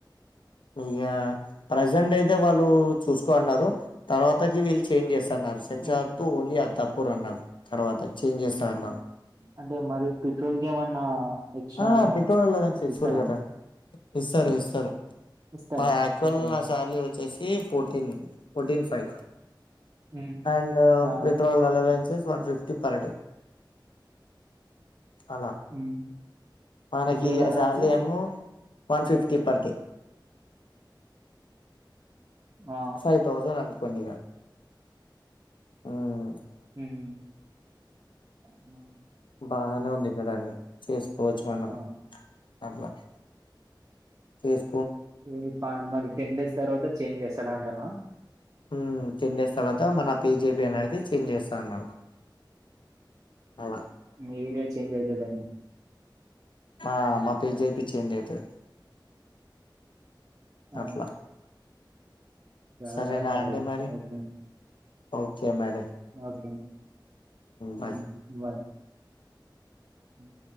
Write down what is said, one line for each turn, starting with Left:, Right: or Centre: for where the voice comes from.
Left: ఇగ ప్రజెంట్ అయితే వాళ్ళు చూసుకోన్నారు తర్వాతకి వీళ్ళ్చేంజ్ చేస్ తన్నారు శంషబాద్
Right: హ్మ్.
Left: టూ ఓన్లీ అత్తప్పుర్ అన్నారు తర్వాత చేంజ్ చేస్తనన్నారు
Right: అంటే మరి పెట్రోల్కేమన్నా ఎక్స్ట్రా
Left: ఆ పెట్రోల్ అలవెన్స్ ఇస్తారు
Right: ఇస్తారా
Left: కదా ఇస్తారు ఇస్తారు
Right: ఇస్తారా?
Left: మాద్ యాక్చువల్
Right: ఓకే.
Left: నా సార్లీ వచ్చేసి ఫోర్టీన్
Right: అయి
Left: ఫోర్టీన్ ఫైవ్
Right: హ్మ్.
Left: అండ్
Right: ఆ!
Left: Petrol allowances one fifty per day అలా
Right: హ్మ్.
Left: మనకి
Right: పెట్రోల్ అలవెన్సెస్?
Left: సార్లి ఏమో వన్ ఫిఫ్టీ పర్డే
Right: ఆ!
Left: ఫైవ్ థౌసండ్ అనుకోండి ఇగ హుమ్
Right: హుమ్
Left: బాగానే ఉంది కదండి చేస్కోచ్చు
Right: ఇంకా
Left: మనం అట్లా చేస్
Right: మీ ప మరి టెన్ డేస్ తర్వాత చేంజ్ చేస్తాడంటానా
Left: హుమ్ చేంజ్ చేస్తాడట మన పీజేపి అనేది చేంజ్ జేస్తాన్నాడు అలా
Right: మీ ఏరియా చేంజ్ అయితదన్నా
Left: ఆ మా పేజేపి చేంజ్ అయితది
Right: ఆ
Left: అట్ల
Right: సరే
Left: సరేనా అండి మరి
Right: ఓకే
Left: ఓకే మరే
Right: ఓకే
Left: బాయ్
Right: హుమ్ బాయ్ ఉహ్